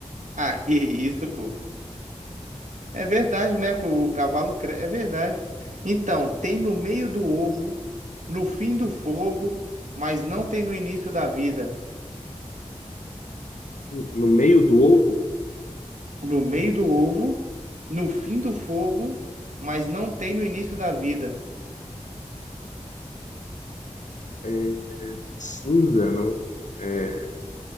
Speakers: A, on the right (about 85°); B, on the left (about 80°).
A: Ah, que isso, pô. É verdade, né? Que o cavalo cre... É verdade. Então, tem no meio do ovo, no fim do fogo, mas não tem no início da vida.
B: no meio do ovo,
A: no meio do ovo, no fim do fogo, mas não tem no início da vida.
B: é, Cinza, não? É,